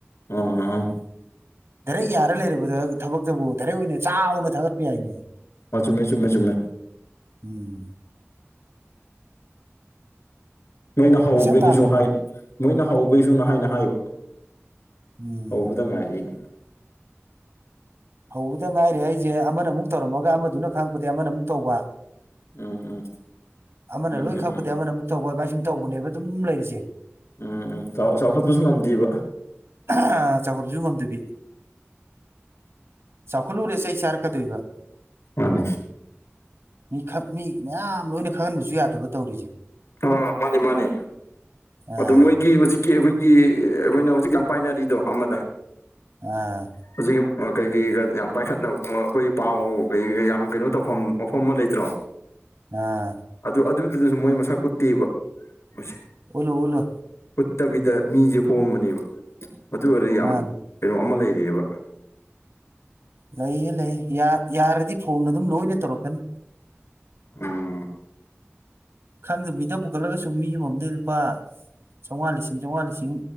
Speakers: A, on the left; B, on the right.
A: ꯑꯣ
B: ꯗꯥꯔꯦꯛ ꯌꯥꯔ ꯂꯩꯔꯕꯗ ꯊꯕꯛꯇꯕꯨ ꯙꯔꯦꯛ ꯑꯣꯏꯅ ꯆꯥꯎꯅ ꯊꯥꯒꯠꯄ ꯌꯥꯏꯅꯦ
A: ꯃꯥ ꯆꯨꯝꯃꯦ ꯆꯨꯝꯃꯦ ꯆꯨꯝꯃꯦ
B: ꯎꯝ
A: ꯃꯣꯏꯅ ꯍꯕꯅꯤꯁꯨꯍꯥꯏ
B: ꯄꯩꯁꯥ ꯇꯥꯟꯕꯅꯦꯕ
A: ꯃꯣꯏꯅ ꯍꯧꯕꯩꯁꯨꯅ ꯍꯥꯏꯅ ꯍꯥꯏꯕ
B: ꯎꯝ
A: ꯍꯧꯕꯗ ꯉꯥꯏꯔꯤꯩꯅ
B: ꯍꯧꯕꯗ ꯉꯥꯏꯔꯦ ꯑꯩꯁꯦ ꯑꯃꯅ ꯑꯃꯨꯛ ꯇꯧꯔꯝꯃꯒ ꯑꯃꯗꯨꯅ ꯈꯪꯉꯛꯄꯗꯒꯤ ꯑꯃꯅ ꯑꯃꯨꯛ ꯇꯧꯕ
A: ꯎꯝ ꯎꯝ
B: ꯑꯃꯅ
A: ꯎꯝ
B: ꯂꯣꯏ
A: ꯎꯝ
B: ꯈꯛꯄꯗꯤ
A: ꯎꯝ
B: ꯑꯃꯅ ꯑꯃꯨꯛ ꯇꯧꯕ ꯑꯗꯨꯃꯥꯏ ꯁꯨꯝ ꯇꯧꯕꯅꯦꯕ ꯑꯗꯨꯝ ꯂꯩꯔꯤꯁꯦ
A: ꯎꯝ ꯎꯝ ꯆꯥꯎꯈꯠꯄꯁꯨ ꯉꯝꯗꯦꯕ
B: ꯑ ꯆꯀ꯭ꯔꯁꯨ ꯉꯗꯦꯕꯤ ꯆꯥꯎꯈꯠꯂꯨꯔꯦꯁꯦ ꯑꯩ ꯆꯥꯔꯛꯀꯗꯣꯏꯕ
A: ꯃꯥꯅꯦ
B: ꯃꯤ ꯃꯤ ꯃꯌꯥꯝ ꯂꯣꯏꯅ ꯈꯪꯍꯟꯕꯁꯨ ꯌꯥꯗꯕ ꯇꯧꯔꯤꯁꯦ
A: ꯑ ꯃꯥꯅꯦ ꯃꯥꯅꯦ
B: ꯑꯥ
A: ꯑꯗꯨ ꯃꯣꯏꯒꯤ ꯍꯧꯖꯤꯛ ꯑꯩꯈꯣꯏꯒꯤ ꯑꯩꯈꯣꯏꯅ ꯍꯧꯖꯤꯛ ꯌꯥꯝ ꯄꯥꯏꯅꯔꯤꯗꯣ ꯑꯃꯗ
B: ꯎꯝ
A: ꯍꯧꯖꯤꯛꯀꯤ ꯀꯩꯀꯩꯒ ꯌꯥꯝ ꯄꯥꯏꯈꯠꯅꯕ ꯑꯩꯈꯣꯏꯒꯤ ꯄꯥꯎ ꯀꯩꯩꯒ ꯌꯥꯝ ꯀꯩꯅꯣ ꯇꯧꯐꯝ ꯃꯐꯝ ꯑꯃ ꯂꯩꯇ꯭ꯔꯣ <inaudible>
B: ꯎꯝ
A: ꯑꯗꯨ ꯑꯗꯨꯗꯨꯗꯁꯨ ꯃꯣꯏ ꯃꯁꯛ ꯎꯠꯇꯦꯕ ꯃꯣꯏꯁꯦ
B: ꯎꯂꯨ ꯎꯂꯨ
A: ꯎꯠꯇꯕꯤꯗ ꯃꯤꯁꯦ ꯍꯣꯝꯕꯅꯦꯕ ꯑꯗꯨ ꯑꯣꯏꯔꯗꯤ ꯌꯥꯝ
B: ꯃꯥꯅꯦ
A: ꯀꯩꯅꯣ ꯑꯃ ꯂꯩꯔꯛꯑꯦꯕ
B: ꯂꯩꯌꯦ ꯂꯩꯌꯦ ꯌꯥꯔꯗꯤ ꯐꯣꯟ ꯑꯗꯨꯝ ꯂꯣꯏꯅ ꯇꯧꯔꯛꯀꯅꯤ
A: ꯎꯝ
B: ꯈꯪꯗꯕ ꯃꯤꯗ ꯄꯨꯈꯠꯂꯒꯁꯨ ꯃꯤ ꯑꯃꯃꯝꯗꯩ ꯂꯨꯄꯥ ꯆꯥꯝꯃꯉꯥ ꯂꯤ ꯆꯝꯃꯉꯥ ꯂꯤꯁꯤꯡ